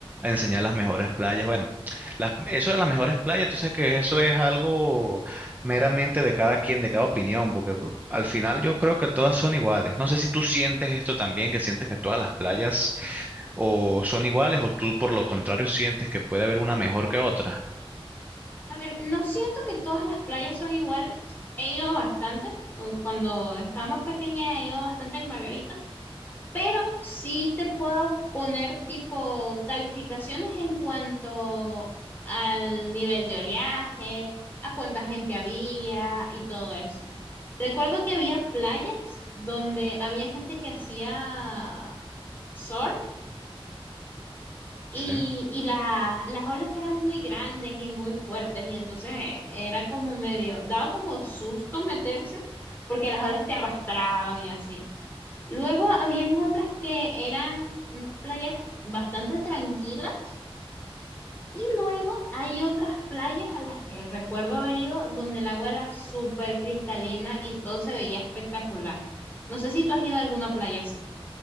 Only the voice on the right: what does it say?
enseñar las mejores playas. Bueno, las- eso de las mejores playas, tú sabes que eso es algo meramente de cada quien, de cada opinión, porque bu- al final yo creo que todas son iguales. No sé si tú sientes esto también, que sientes que todas las playas o son iguales o tú por lo contrario sientes que puede haber una mejor que otra.
Sí.